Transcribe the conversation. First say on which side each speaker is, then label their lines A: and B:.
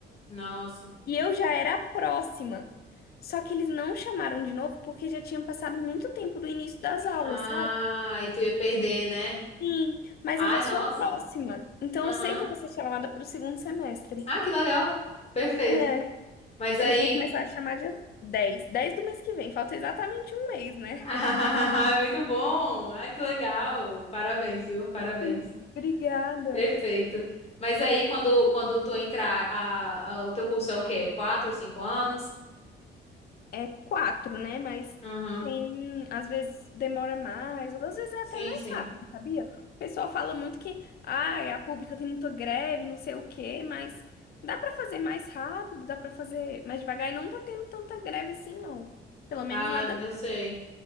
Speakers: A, on the left; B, on the left.
A: Nossa.
B: E eu já era a próxima. Só que eles não chamaram de novo porque já tinham passado muito tempo do início das aulas,
A: Ah,
B: sabe?
A: e tu ia perder, né?
B: Sim, mas
A: Ai,
B: eu já
A: nossa.
B: sou a próxima. Então
A: Aham.
B: eu sei que eu vou ser chamada para o segundo semestre.
A: Ah, que legal. Perfeito.
B: É,
A: Mas aí.
B: eles vão começar a chamar dia dez dez do mês que vem. Falta exatamente um mês, né?
A: <laughs> Ah, é muito bom. Ah, que legal. Parabéns, viu? Parabéns.
B: Sim, Obrigada.
A: Perfeito. Mas aí, quando, quando tu entrar, a, a- o teu curso é o quê? Quatro, cinco anos?
B: é quatro, né? Mas
A: Aham.
B: tem, às vezes demora mais, ou às vezes é
A: Sim,
B: até mais
A: sim.
B: rápido, sabia? O pessoal fala muito que, ah, a pública tem muita greve, não sei o quê, mas dá pra fazer mais rápido, dá pra fazer mais devagar e não tá tendo tanta greve assim, não. Pelo menos
A: Ah,
B: nada
A: eu sei.